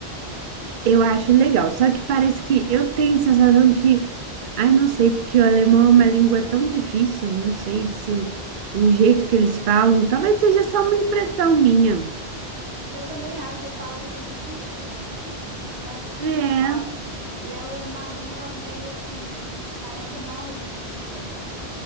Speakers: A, on the right; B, on the right.
A: Eu acho legal. Só que parece que eu tenho a sensação que, ai, não sei, porque o alemão é uma língua tão difícil, não sei se o, o jeito que eles falam, talvez seja só uma impressão minha.
B: Eu também acho as palavras são muito compridas, né? Não é muito...
A: É.
B: E é uma língua meio assim, parece nórdica pra gente.